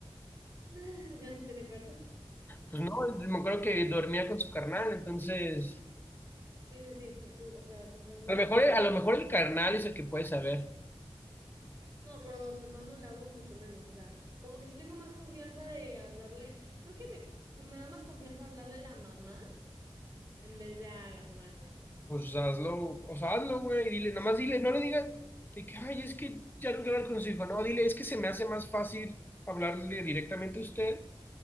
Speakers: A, on the right; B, on the left.
A: <laughs> Ya no tiene cuarto.
B: Pues no, me acuerdo que dormía con su carnal, entonces,
A: Sí, sí, sí, ti- su- o sea, siempre han compartido.
B: a lo mejor, a lo mejor el carnal es el que puede saber.
A: No, pero a su hermano le hablo mucho menos, o sea, como que sí tengo más confianza de hablarle, creo que me, me da más confianza hablarle a la mamá en vez de a la hermana.
B: Pues hazlo, o sea, hazlo, güey, y dile, nada más dile, no le digas de que, ay, es que ya no quiero hablar con su hijo, no, dile, es que se me hace más fácil hablarle directamente a usted